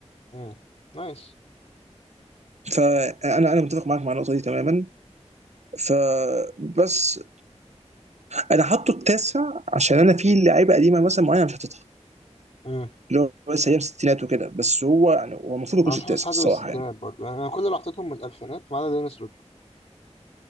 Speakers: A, on the left; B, on the right.
A: امم نايس
B: فانا انا متفق معاك مع النقطه دي تماما فبس انا حاطه التاسع عشان انا في لعيبه قديمه مثلا معينه مش حاططها
A: امم
B: اللي هو بس ايام الستينات وكده بس هو يعني هو المفروض ما يكونش
A: انا مش
B: التاسع
A: حاسس حد
B: الصراحه
A: من الستينات
B: يعني
A: برضه يعني انا كل اللي حطيتهم من الالفينات ما عدا دينيس رودمان